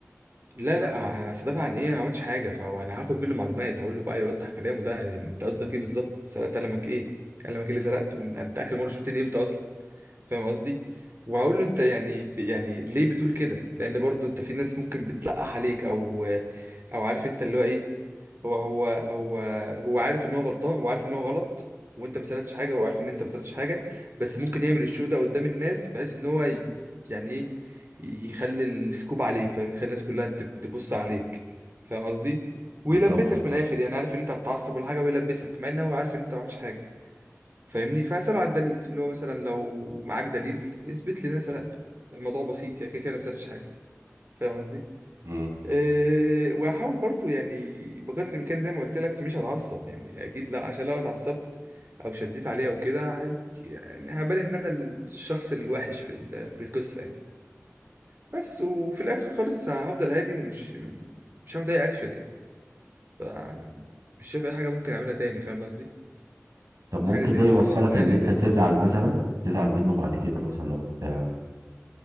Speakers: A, on the right; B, on the right.
A: لا لا انا هدافع عن ايه انا ما عملتش حاجه فهو انا هاخد منه معلومات هقول له بقى يوضح كلامه ده يعني انت قصدك ايه بالظبط سرقت قلمك ايه قلمك ايه اللي سرقته انت أنت اخر مره شفتني امتى اصلا فاهم قصدي وهقول له انت يعني يعني ليه بتقول كده لان برضو انت في ناس ممكن بتلقح عليك او او عارف انت اللي هو ايه هو هو هو هو عارف ان هو غلطان هو عارف ان هو غلط وانت ما سالتش حاجه وهو عارف ان انت ما سالتش حاجه بس ممكن يعمل الشو ده قدام الناس بحيث ان هو ي- يعني ايه يخلي السكوب عليك فاهم يخلي الناس كلها تب- تبص عليك فاهم قصدي ويلبسك
B: بالظبط
A: من الاخر يعني عارف ان انت هتتعصب ولا حاجه ويلبسك مع ان هو عارف ان انت ما عملتش حاجه فاهمني فاساله على الدليل اللي هو مثلا لو معاك دليل اثبت لي ان انا سرقته الموضوع بسيط يعني كده كده أنا ما سرقتش حاجه فاهم قصدي
B: مم.
A: إيه، واحاول برضو يعني بقدر الامكان زي ما قلت لك مش هتعصب يعني اكيد لا عشان لو اتعصبت او شديت عليه او كده هي- يعني هبان ان انا الشخص الوحش في ال- في القصه يعني بس وفي الاخر خالص هفضل هادي ومش مش هاخد اي اكشن يعني ف- مش شايف اي حاجه ممكن اعملها تاني فاهم قصدي
B: طب ممكن
A: في حاجه زي
B: ده يوصلك
A: في سيناريو
B: ان انت
A: زي
B: تزعل
A: ده.
B: مثلا تزعل منه بعد كده مثلا لو انت